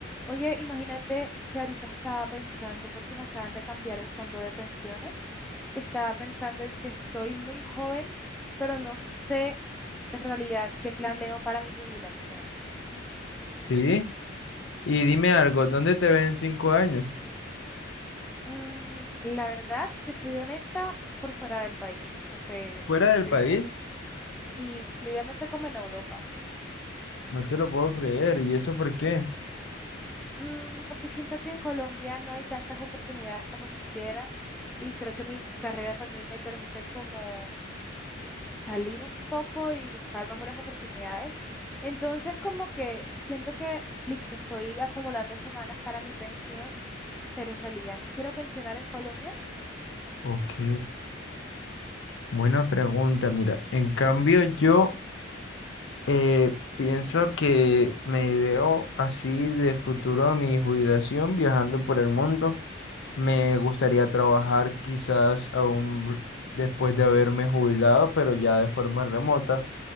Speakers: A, in the centre; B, on the left (about 70°).
A: Oye, imagínate que ahorita estaba pensando, porque me acaban de cambiar el fondo de pensiones, y estaba pensando en que soy muy joven, pero no sé en realidad qué planeo para mi jubilación.
B: Sí, y dime algo, ¿dónde te ves en cinco años?
A: Mm, la verdad, si te soy honesta, por fuera del país, no sé,
B: ¿Fuera
A: preferiblemente.
B: del país?
A: Sí, preferiblemente como en Europa.
B: No te lo puedo creer, ¿y eso por qué?
A: Mm, porque siento que en Colombia no hay tantas oportunidades como quisiera, y creo que mi carrera también me permite como salir un poco y buscar mejores oportunidades. Entonces, como que siento que, listo, estoy acumulando semanas para mi pensión, pero en realidad me quiero pensionar en Colombia
B: Ok, buena pregunta, mira, en cambio yo eh, pienso que me ideo así de futuro a mi jubilación viajando por el mundo. Me gustaría trabajar quizás aún después de haberme jubilado, pero ya de forma remota.